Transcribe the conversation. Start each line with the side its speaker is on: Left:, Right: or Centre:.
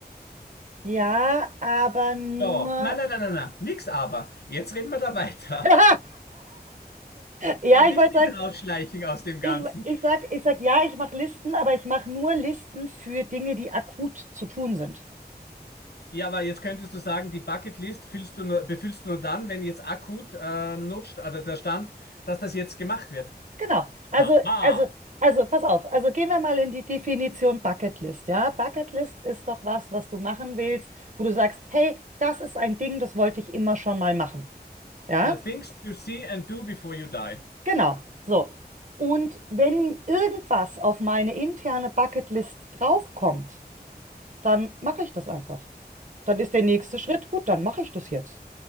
Right: Ja, aber nur.
Left: Ja, nein, nein, nein, nein, nein, nix aber. Jetzt reden wir da weiter.
Right: <laughs> Ja,
Left: Nicht,
Right: ich wollte
Left: nicht
Right: sagen,
Left: rausschleichen aus dem
Right: ich,
Left: Ganzen.
Right: ich sag, ich sag ja, ich mache Listen, aber ich mache nur Listen für Dinge, die akut zu tun sind.
Left: Ja, aber jetzt könntest du sagen, die Bucketlist füllst du nur, befüllst du nur dann, wenn jetzt akut äh, nutzt, also der Stand, dass das jetzt gemacht wird.
Right: Genau. Also,
Left: Haha,
Right: also, also, pass auf. Also gehen wir mal in die Definition Bucketlist, ja? Bucketlist ist doch was, was du machen willst, wo du sagst, hey, das ist ein Ding, das wollte ich immer schon mal machen. Ja?
Left: the things to see and do before you die.
Right: Genau, so. Und wenn irgendwas auf meine interne Bucketlist draufkommt, dann mache ich das einfach. Dann ist der nächste Schritt, gut, dann mache ich das jetzt.